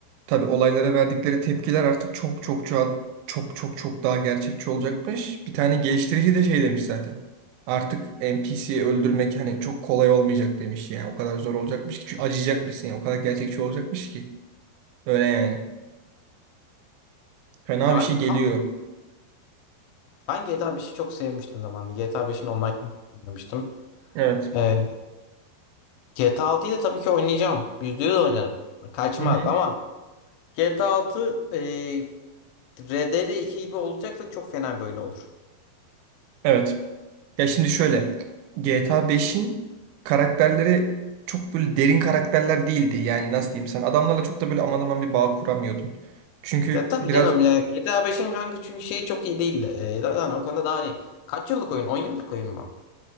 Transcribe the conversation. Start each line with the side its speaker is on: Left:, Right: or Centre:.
Right: Tabii olaylara verdikleri tepkiler artık çok çok çok çok çok çok daha gerçekçi olacakmış. Bir tane geliştirici de şey demiş zaten. Artık NPC'yi öldürmek hani çok kolay olmayacak demiş yani. O kadar zor olacakmış ki. Çünkü acıyacakmışsın ya. O kadar gerçekçi olacakmış ki. Öyle yani. Fena
Left: Yani
Right: bir şey geliyor.
Left: kanka ben GTA beşi çok sevmiştim zamanında. GTA beşin online oynamıştım.
Right: Evet.
Left: Ee, GTA 6'yı da tabii ki oynayacağım. yüzde yüz oynarım. Kaçmaz
Right: Hı hı.
Left: ama GTA altı e, RDR 2 gibi olacaksa çok fena bir oyun olur.
Right: Evet. Ya şimdi şöyle. GTA 5'in karakterleri çok böyle derin karakterler değildi. Yani nasıl diyeyim sen adamlarla çok da böyle aman aman bir bağ kuramıyordun. Çünkü
Left: Ya tabii
Right: biraz
Left: canım ya GTA beşin kanka çünkü şeyi çok iyi değil. Ee, zaten o konuda daha hani kaç yıllık oyun? on yıllık oyun mu?